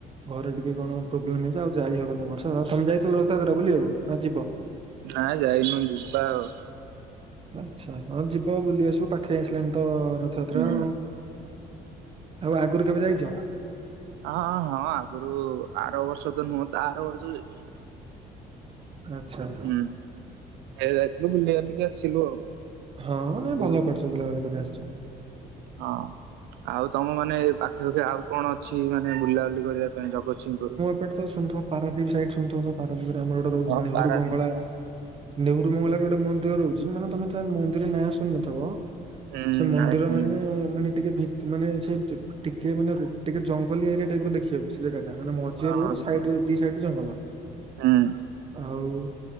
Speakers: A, on the right; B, on the right.
A: ଘରେ ଟିକେ କଣ ପ୍ରୋବ୍ଲେମ୍ ହେଇଛି ଆଉ ଯାଇ ହବନି ବର୍ଷ ଆଉ ତମେ ଯାଇଥିଲ ରଥଯାତ୍ରା ବୁଲିବାକୁ ନା ଯିବ।
B: ନାଇ ଯାଇନି ଯିବା ଆଉ।
A: ଆଚ୍ଛା ହଁ ଯିବ ବୁଲି ଆସିବୁ ପାଖେଇ ଆସିଲେଣି ତ ରଥଯାତ୍ରା
B: ହୁଁ
A: ଆଉ। ଆଉ ଆଗରୁ କେବେ ଯାଇଚ?
B: ହଁ-ହଁ-ହଁ ଆଗରୁ ଆର ବର୍ଷ ତ ନୁହଁ ତା ଆର ବର୍ଷ ଯାଇଛି।
A: ଆଚ୍ଛା।
B: ହୁଁ ଖାଇବାକୁ ଯାଇଥିଲୁ ବୁଲିବାଲି କି ଆସିଲୁ ଆଉ।
A: ହଁ ନାଇଁ ଭଲ
B: ଆଉ
A: କରିୁଛ ବୁଲାବୁଲି କରି ଆସୁଛ।
B: ହଁ ଆଉ ତମ ମାନେ ପାଖେ-ପାଖେ ଆଉ କଣ ଅଛି ମାନେ ନାହିଁ ବୁଲାବୁଲି କରିବା ପାଇଁ ଜଗତସିଂହପୁରୁ।
A: <unintelligible> ଶୁଣିଥିବ ପାରାଦ୍ଵୀପ ସାଇଡ ଶୁଣିଥିବ ପାରାଦ୍ଵୀପରେ ଆମର ରହୁଚି
B: ହଁ
A: ନେହୁର୍
B: ପାରାଦ୍ୱୀପ।
A: ବଙ୍ଗଳା। ନେହେରୁ ମଙ୍ଗଳାର ଗୋଟେ ମନ୍ଦିର ରହୁଚି ମାନେ ତମେ ତା ମନ୍ଦିର ନାଁ ଶୁଣି ନଥିବ
B: ହୁଁ
A: ସେ ମନ୍ଦିର
B: ନାଇଁ ଶୁଣିନି
A: ମାନେ-ମାନେ ଟିକେ ଭିତ ମାନେ ସେ ଟିକେ ମାନେ ଟିକେ ଜଙ୍ଗ ଜଙ୍ଗଲି ଏରିଆ ଟାଇପ୍ ର ଦେଖିବାକୁ ସେ ଜାଗା ଟା ମାନେ ମଝିରେ
B: ହଁ
A: ରୋଡ୍ ସାଇଡ ଦି ସାଇଡ ଜଙ୍ଗଲ।
B: ହୁଁ।
A: ଆଉ